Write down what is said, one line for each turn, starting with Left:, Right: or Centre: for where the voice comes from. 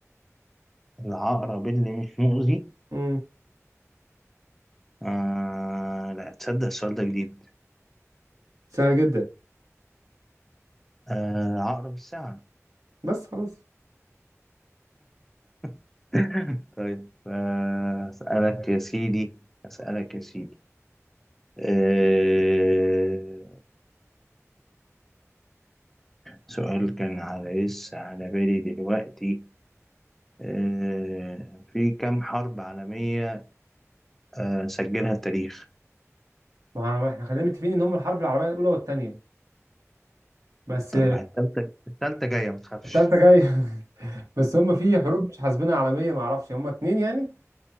Centre: العقرب اللي مش مؤذي
Right: امم
Centre: آه لا تصدق السؤال ده جديد
Right: سهل جدا
Centre: آه عقرب الساعة
Right: بس خلاص
Centre: <coughs> <laughs> طيب آه أسألك يا سيدي أسألك يا سيدي آه سؤال كان على لسه على بالي دلوقتي آه في كام حرب عالمية آه سجلها التاريخ
Right: ما احنا خلينا متفقين ان هم الحرب العربيه الاولى والثانيه بس
Centre: طب ما هي التالتة التالتة جاية ما تخافش
Right: الثالثه جايه <laughs> بس هم في حروب مش حاسبينها عالميه ما اعرفش هم اتنين يعني